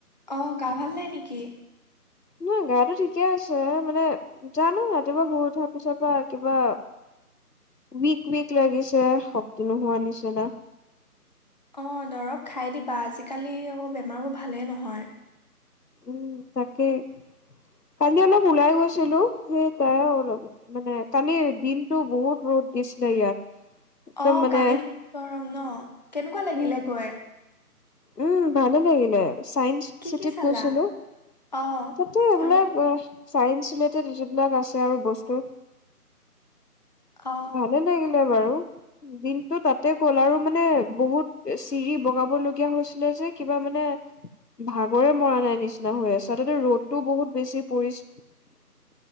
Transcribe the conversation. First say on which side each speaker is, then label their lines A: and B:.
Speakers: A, on the left (about 25°); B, on the left (about 85°).
A: অ গা ভাল নাই নেকি?
B: নহ গা টো ঠিকে আছে মানে জানো ৰাতিপুৱা শুই উঠাৰ পিছৰ পৰা কিবা উইক উইক লাগিছে শক্তি নোহোৱা নিচিনা
A: অ দৰৱ খাই দিবা আজিকালি অ বেমাৰবোৰ ভালেই নহয়
B: উম তাকেই কালি অলপ ওলাই গৈছিলো সেই তাই মানে কালি দিনটো বহুত ৰ'দ দিছিলে ইয়াত একদম
A: অ
B: মানে
A: কালি গৰম ন কেনেকুৱা লাগিলে
B: উম
A: গৈ
B: উম ভালে লাগিলে চাইন্স
A: কি
B: চিটিত
A: কি চালা
B: গৈছিলো
A: অ
B: তাতে এইবিলাক
A: আৰু
B: চাইন্স ৰিলেটেড যিবিলাক আছে আৰু বস্তু
A: অ
B: ভালে লাগিল বাৰু দিনতটো তাতে গ'ল আৰু মানে বহুত চিৰি বগাবলগীয়া হৈছিলে যে কিবা মানে ভাগৰে মৰা নাই নিচিনা হৈ আছে তাতে ৰ'দটো বহুত বেছি পৰি